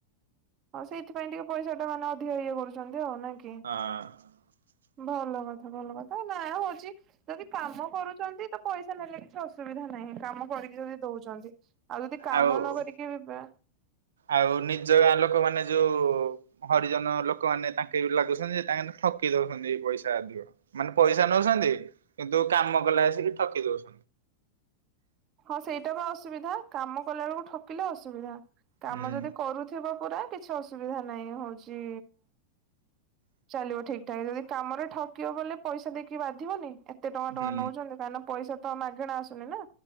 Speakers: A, on the right; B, on the right.
A: ହଉ ସେଇଥିପାଇଁ ଟିକେ ପଇସା ଟା ମାନେ ଅଧିକ ଇଏ କରୁଛନ୍ତି।
B: ହଁ।
A: ଆଉ ନା କି? ଭଲ କଥା ଭଲ କଥା ନା ହଉଛି ଯଦି କାମ କରୁଛନ୍ତି ତ ପଇସା ନେଲେ କିଛି ଅସୁବିଧା ନାହିଁ। କାମ କରିକି ଯଦି ଦଉଛନ୍ତି ଆଉ ଯଦି କାମ
B: ଆଉ
A: ନ କରିକି ବା।
B: ଆଉ ନିଜ ଗାଁ ଲୋକମାନେ ଯୋଉ ହରିଜନ ଲୋକମାନେ ତାଙ୍କେ ବୁ ଲାଗୁଛନ୍ତି ତାଙ୍କେ ଠକି ଦଉଛନ୍ତି ପଇସା ଅଧିକ ମାନେ ପଇସା ନଉଛନ୍ତି। କିନ୍ତ କାମ କଲେ ଆସିକି ଠକି ଦଉଛ
A: ହଁ ସେଇଟା ବା ଅସୁବିଧା କାମ କଲା ବେଳକୁ ଠକିଲେ ଅସୁବିଧା। କାମ
B: ହୁଁ
A: ଯଦି କରୁଥିବ ପୁରା କି କିଛି ଅସୁବିଧା ନାହିଁ ହଉଛି ଚାଲିବ ଠିକ ଠାକ ଯଦି କାମରେ ଠକିବ ବୋଲି ପଇସା ଦେଇକି ବାଧିବନି ଏ କେତେ ଟଙ୍କା
B: ହୁଁ
A: ଟଙ୍କା ନଉଛନ୍ତି କାହିଁକିନା ପଇସା। ତ ମାଗେଣା ଆସୁନି ନା।